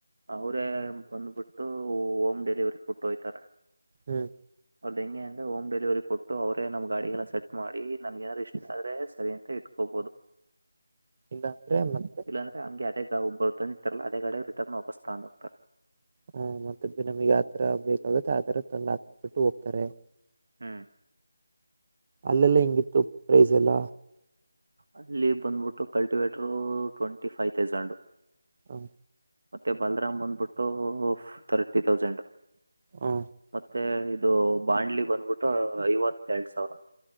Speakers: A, on the right (about 80°); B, on the right (about 35°).
A: ಅವರೇ ಬಂದ್ಬಿಟ್ಟು ಹೋಮ್ ಡೆಲಿವರಿ ಕೊಟ್ಟು ಹೋಯ್ತಾರೆ
B: ಹ್ಮ್
A: ಅವದ ಹೆಂಗೆ ಅ ಹೋಮ್ ಡೆಲಿವರಿ ಕೊಟ್ಟು ಅವರೇ ನಮ್ ಗಾಡಿಗೆಲ್ಲ ಸೆಟ್ ಮಾಡಿ ನಮ್ಗೆ ನಾದರು ಇಷ್ಟ ಆದ್ರೆ ಸರಿ ಅಂತ ಇಟ್ಕೋಬೋದು
B: ಇಲ್ಲ ಅಂದ್ರೆ ಮತ್ತೆ
A: ಇಲ್ಲಾ ಅಂದ್ರೆ ಹಮ್ಗೆ ಅದೇ ಒಬ್ಬರು ತಂದ ಇತಾರಲ್ಲ ಅದೇ ಗಗ ಅಪಸ್ಥಾಕ್ತ
B: ಹ್ಮ ಮತ್ತೆ ನಮಗ್ ಯಾವತರ ಬೇಕಾಗುತ್ತೆ ಆತರ ತಂದು್ ಹಾಕ್ಬಿಟ್ಟು ಹೋಗ್ತಾರೆ
A: ಹ್ಮ್
B: ಅಲ್ಲೆಲ್ಲ ಹಿಂಗಿತ್ತು ಪ್ರೈಸ್ ಎಲ್ಲ
A: ಅಲ್ಲಿ ಬಂದ್ಬಿಟ್ಟು ಕಲ್ಟಿವೇಟರ್ ಟ್ವೆಂಟಿ ಫೈವ್ ತೌಸಂಡ್
B: ಹ
A: ಮತ್ತೆ ಬಲ್ರಾಮ್ ಬಂದ್ಬಿಟ್ಟು ತರ್ಟಿ ತೌಸಂಡ್
B: ಹ್ಮ
A: ಮತ್ತೆ ಇದು ಬಾಂಡ್ಲಿ ಬಂದ್ಬಿಟ್ಟು ಐವತ್ತ ಎರಡ್ ಸಾವಿರ